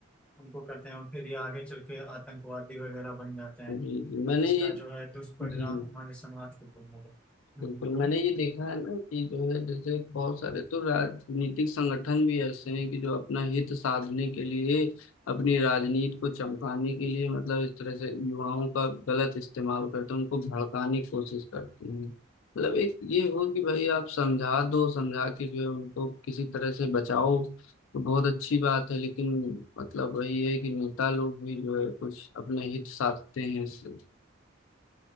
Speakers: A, in the centre; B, on the left.
A: उनको करते हैं और फिर ये आगे चल के आतंकवादी वगैरह बन जाते हैं
B: जी जी मैंने
A: इसका
B: ये
A: जो है दुष्परिणाम
B: जी
A: हमारे समाज के ऊपर होगा हम्म,
B: बिल्कुल
A: बोलिए।
B: मैंने ये देखा है ना कि जो है जैसे बहुत सारे तो राजनीतिक संगठन भी ऐसे हैं कि जो अपना हित साधने के लिए अपनी राजनीति को चमकाने के लिए मतलब इस तरह से युवाओं का गलत इस्तेमाल करते हैं उनको भड़काने की कोशिश करते हैं मतलब एक ये हो कि भाई आप समझा दो समझा के जो है उनको किसी तरह से बचाओ तो बहुत अच्छी बात है लेकिन मतलब वही है कि नेता लोग भी जो है कुछ अपने हित साधते हैं इससे